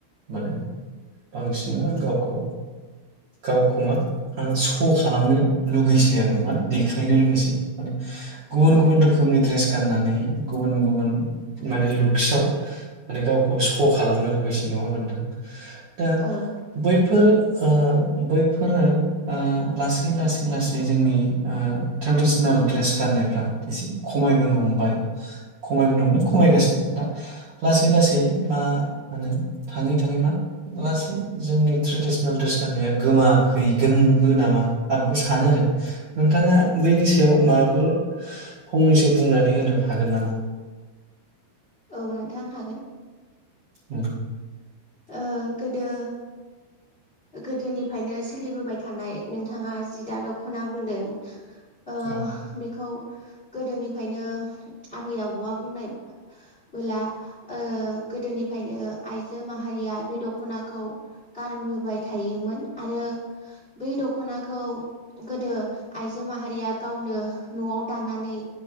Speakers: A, on the right (about 60°); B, on the left (about 25°).
A: मोन बांसिन मा गावखौ गावखौ मा सश खालामनो लुगैसै आरो मा देखायनो लुगैसै माने गुबुन
B: औ
A: गुबुन रोखोमनि दड्रेस गाननानै गुबुन गुबुन माने लुक्सआव माने गावखौ श खालामनो लुबैसै नङा होनबा मानोंथां दा
B: औ
A: बैफोर ओ बैफोरो ओ लासै लासै लासै जोंनि ओ ट्रेडिसनेल ड्रेस गाननायफ्रा एसे खमायबोनो हमबाय खमायबोनो हमबाय खमायगासिनो दा लासै लासै मा होनो थाङै थाङै मा लासै जोंनि ट्रेडिसनेल ड्रेस गाननाया गोमाहैगोनबो नामा आं बेखौ सानो आरो नोंथाङा बैनि सायाव माबाफोर फंनैसो बुंनानै होनो हागोन नामा
B: औ नोंथां हागोन
A: ओ
B: ओ गोदो गोदोनिफ्रायनो सोलिबोबाय थानाय नोंथाङा जि दा द'खना बुंदों ओ
A: औ
B: बेखौ गोदोनिफ्रायनो आबै आबौआ बुंनाय बोला ओ गोदोनिफ्रायनो आइजो माहारिया बे द'खनाखौ गानबोबाय थायोमोन आरो बै द'खनाखौ गोदो आइजो माहारिया गावनो न'आव दानानै